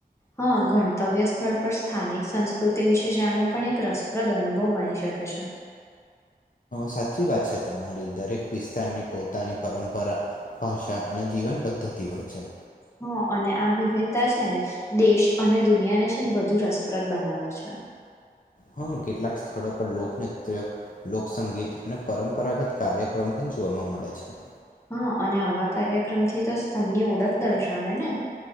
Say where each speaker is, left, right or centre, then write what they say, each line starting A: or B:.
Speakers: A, on the left (about 15°); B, on the left (about 55°).
A: હા ગણતવ્ય સ્થળ પર સ્થાનિક સંસ્કૃતિ વિશે જાણવો પણ એક રસપ્રદ અનુભવ બની શકે છે.
B: સાચી વાત છે તમારી દરેક વિસ્તારની પોતાની પરંપરા ભાષા અને જીવન પદ્ધતિ હોય છે.
A: હા અને આ વિવિધતા છે ને દેશ અને દુનિયાને છે ને વધુ રસપ્રદ બનાવે છે.
B: હમ કેટલાક સ્થળો પર લોકનૃત્ય, લોકસંગીત અને પરંપરાગત કાર્યક્રમ પણ જોવા મળે છે.
A: હા અને આવા કાર્યક્રમથી તો સ્થળની ઓળખ દર્શાવે ને.